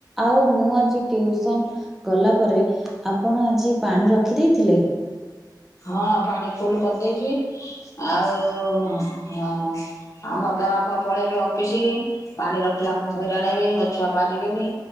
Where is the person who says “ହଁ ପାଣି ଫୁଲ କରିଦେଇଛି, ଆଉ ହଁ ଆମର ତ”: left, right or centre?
Left